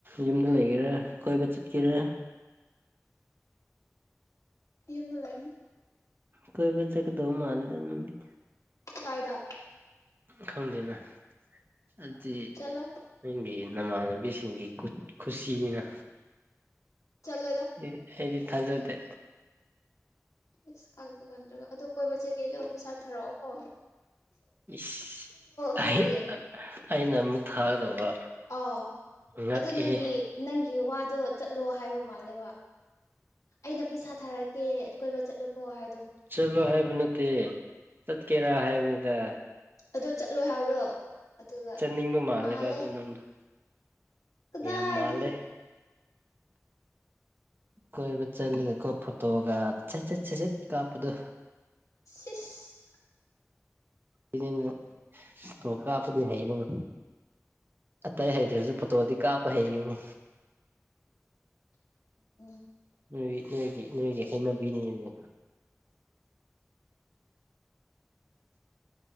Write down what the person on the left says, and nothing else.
ꯌꯨꯝꯅ ꯂꯩ
ꯀꯥꯏꯗ
ꯆꯠꯂꯣꯏ
ꯆꯠꯂꯣꯏꯗ
ꯏꯁ ꯀꯥꯟꯇ ꯀꯥꯥꯟꯇ꯭ꯔꯒ ꯑꯗꯨ ꯀꯣꯏꯕ ꯆꯠꯀꯦ ꯑꯗꯨ ꯄꯩꯁꯥ ꯊꯥꯔꯛꯑꯣ ꯀꯣ
ꯐꯤꯌꯔꯒꯤ
ꯑꯣ
ꯑꯗꯨ ꯅꯪꯒꯤ ꯅꯪꯒꯤ ꯋꯥꯗꯣ ꯆꯠ ꯂꯣ ꯍꯥꯏꯕ ꯃꯥꯜꯂꯦꯕ ꯑꯩꯅ ꯄꯩꯁꯥ ꯊꯥꯔꯛꯀꯦ ꯀꯣꯏꯕ ꯆꯠꯂꯣꯀꯣ ꯍꯥꯏ
ꯑꯗꯣ ꯆꯠꯂꯣ ꯍꯥꯏꯕꯗꯣ ꯑꯗꯨꯒ
ꯃꯥꯜꯂꯦ
ꯀꯗꯥꯏꯗꯒꯤ
ꯁꯤꯁ
<inaudible>